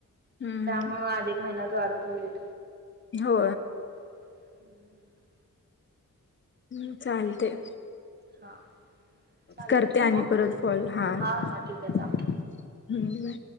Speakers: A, on the left (about 35°); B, on the right (about 30°).
A: हम्म
B: त्यामुळ अधिक महिन्यात वाढतो रेट.
A: हो.
B: हम्म.
A: हम् चालते.
B: हा. चालेल
A: करते
B: ठेवू
A: आणि
B: मग
A: परत कॉल हा्
B: हा
A: हूं
B: हा ठीक आहे चालतंय.
A: बाय